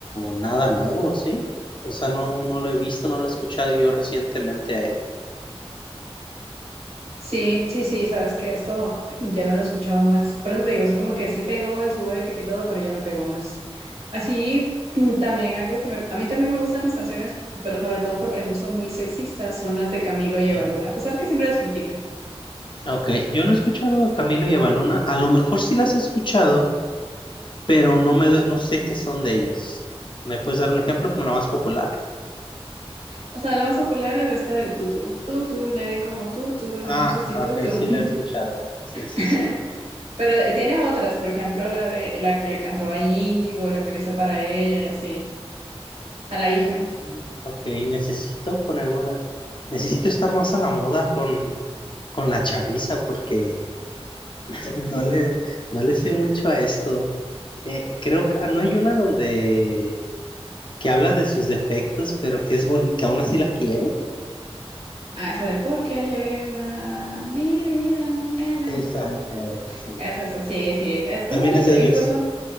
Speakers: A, on the left; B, on the right.
A: nada nuevo, ¿sí? O sea, no, no lo he visto, no lo he escuchado yo recientemente a él.
B: Sí, sí, sí, sabes que esto ya no lo he escuchado más. Por eso te digo, es como que sí pegó en su épica y todo, pero ya no pegó más. Así, <clears throat> también algo que me, a mí también me gustan las canciones, pero sobre todo porque no son muy sexistas, son las de Camilo y
A: Mm.
B: Evaluna, a pesar que siempre las critican.
A: Ok, yo no he escuchado a Camilo y a Baluna, a lo mejor sí las he escuchado pero no me, no sé qué son de ellos. ¿Me puedes dar un ejemplo como la más popular?
B: O sea, la más popular es esta de Tutu. Tutu, nadie como Tutu, no hay
A: Ah,
B: sustituto.
A: ok, sí la he escuchado. Sí, sí,
B: <laughs>
A: sí.
B: Pero tiene otras, por ejemplo, la de la que le cantó a Índigo, la que le hizo para ella y así, a la hija.
A: Mm, Ok, necesito ponerme, necesito estar más a la moda con, con la chaviza porque <laughs> no le, no le sé mucho a esto. Eh, creo que ah, no hay una donde que habla de sus defectos, pero que es bonita, aún así la quiere.
B: Ah, esa de porque llegó a mi vida el amor.
A: Esa, eh, sí.
B: Esa, esa, sí, sí, es, es
A: También
B: bonito,
A: es de ellos.
B: incluso.